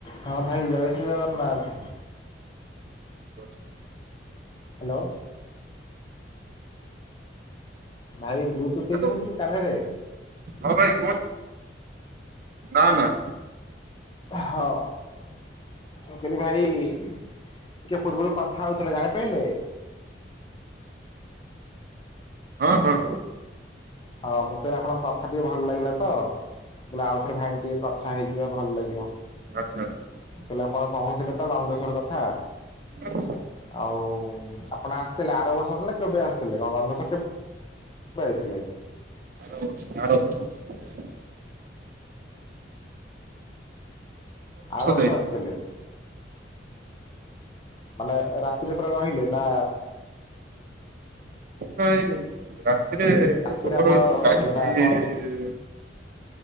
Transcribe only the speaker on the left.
ହଁ ଭାଇ ଜୟ ଶ୍ରୀ ଜଗନ୍ନାଥ।
ହାଲୋ। ଭାଇ ବ୍ଲୁଟୁଥ
ଦେଇଛନ୍ତି କି କାନ ରେ?
ହଁଁ ଉ। ମୁଁ କହିଲି ଭାଇ ଟିକିିଏ ପୂର୍ବରୁ କଥା ହେଉଥିଲେ ଜାଣିପାଇଲେ?
ହଁ ମୁଁ କହିଲି ଆପଣଙ୍କ କଥା ଟିକେ ଭଲ ଲାଗିଲା ତ ମୁଁ କହିଲି ଆଉ ଥରେ ଭାଇ ଙ୍କୁ ଟିକେ କଥା ହେଇଯିବା ଭଲ ଲାଗିବ।
ମୁଁ କହିଲି ଆପଣ କହୁଥିଲେ ତ ଗଙ୍ଗେଶ୍ୱର କଥା।
ଆଉ ଆପଣ ଆସିଥିଲେ ଆର ବର୍ଷ ଆସିଥିଲେ କେବେ ଆସିଥିଲେ? ଗଙ୍ଗେଶ୍ୱର କେବେ ଆଇଥିଲେ?
ଆର ବର୍ଷ
ଆସିଥିଲେ?
ମାନେ ରାତିରେ ପୁରା ରହିଲେ ନା
ମୁଁ କହିଲି
ରାତିରେ
ଆପଣ
ରହିଲେ
ନା କ'ଣ କେମିତି